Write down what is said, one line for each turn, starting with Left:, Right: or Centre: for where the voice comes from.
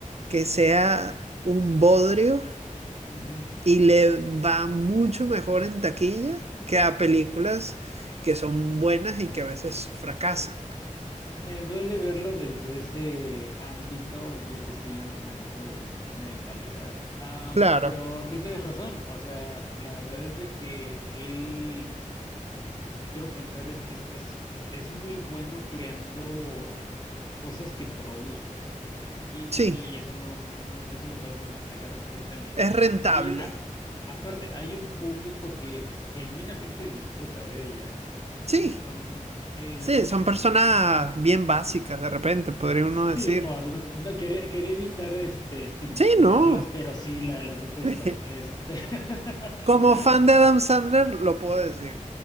Right: que sea un bodrio
Left: ujú.
Right: y le va mucho mejor en taquilla que a películas que son buenas y que a veces fracasan.
Left: Me duele verlo desde ese ámbito, yo que soy un amante del cine de calidad. Am,
Right: Claro.
Left: pero tienes razón, o sea, la verdad es de que él, quiero pensar, es, es, es, es muy bueno creando cosas que produzcan. Y, y-
Right: Sí,
Left: y eso no, no, no- no se lo podemos negar a nadie también.
Right: es rentable.
Left: Hay, a- aparte, hay un público que genuinamente disfruta de ellas.
Right: Sí.
Left: Am, eh,
Right: Sí,
Left: le-
Right: son
Left: le-
Right: personas
Left: le-
Right: bien básicas de repente, podría
Left: sí,
Right: uno decir.
Left: por, no, quería, quería evitar este, estigmatizarlas,
Right: Sí, no.
Left: pero sí la- las detesto.
Right: <laughs>
Left: Este, <laughs>
Right: Como fan de Adam Sandler, lo puedo decir.